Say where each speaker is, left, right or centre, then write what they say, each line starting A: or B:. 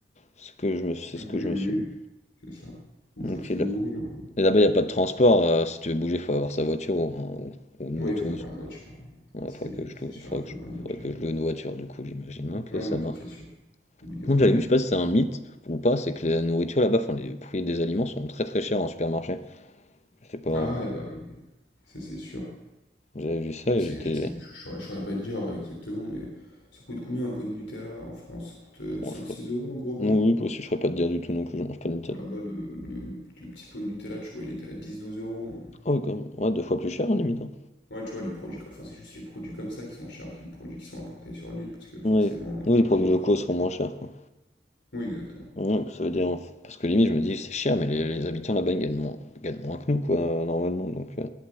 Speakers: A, on the left; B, on the left.
A: C'est ce que je me, c'est ce
B: Oui,
A: que je
B: oui,
A: me suis dit.
B: c'est ça. Vous
A: Ok,
B: faites ce
A: là-
B: que vous voulez. hein.
A: Et là-bas, il n'y a pas de transport. euh, si tu veux bouger, il faut avoir sa voiture ou, ou- ou une
B: Ouais,
A: moto.
B: il faut avoir une voiture. hein.
A: Il
B: Là, c'est
A: faudrait que je
B: c'est
A: loue,
B: sûr,
A: faudrait
B: il faut
A: que je,
B: avoir une voiture.
A: faudrait que je loue une voiture, du coup, j'imagine. bien que
B: Ouais,
A: ça
B: non,
A: marche.
B: ça c'est sûr. Obligatoirement.
A: Bon, j'avais vu, je sais pas si c'est un mythe ou pas, c'est que la nourriture là-bas, enfin, les prix des aliments sont très très chers en supermarché. Je sais pas,
B: Ah ouais, bah oui, euh, ça c'est sûr.
A: j'avais vu ça
B: Je
A: et
B: sais,
A: j'étais.
B: je sais, je saurais je saurais pas te dire euh, exactement, mais ça coûte combien un pot de Nutella en France? Ça coûte euh,
A: bon,
B: 5-6 euros un gros pot?
A: Oui, oui, aussi, je ferais pas de dire du tout non plus, je mange pas de Nutella.
B: Bon, là-bas, le, le- le- le petit pot de Nutella, tu vois, il était à dix douze euros. hein.
A: Ah oui, quand même. Ouais, deux fois plus cher, hein, limite. hein.
B: Ouais, tu vois, les produits, co- enfin, c'est juste les produits comme ça qui sont chers, que les produits qui sont importés sur l'île, parce que forcément,
A: Oui.
B: ils
A: Oui, les produits
B: doivent l'importer.
A: locaux seront moins chers, quoi.
B: Oui, exactement.
A: Ouais, ça veut dire. hein, Parce que limite, je me dis, c'est cher, mais les, les habitants là-bas, ils gagnent moins, gagnent moins que nous, quoi, euh, normalement. Donc, euh,